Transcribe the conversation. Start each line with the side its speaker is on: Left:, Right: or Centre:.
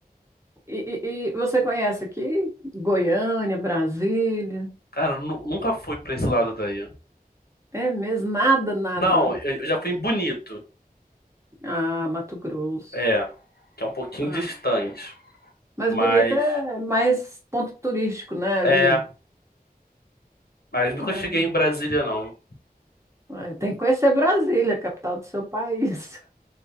Right: E, e- e você conhece aqui Goiânia, Brasília?
Left: Cara, eu nu- nunca fui para esse lado daí.
Right: É mesmo? Nada, nada.
Left: Não, eu, eu já fui em Bonito,
Right: Ah, Mato Grosso.
Left: é, que é um pouquinho
Right: Ah,
Left: distante,
Right: mas
Left: mas
Right: bonito é mais ponto turístico, né? Ali.
Left: é, mas nunca
Right: É,
Left: cheguei em Brasília não.
Right: é, tem que conhecer Brasília, a capital do seu país.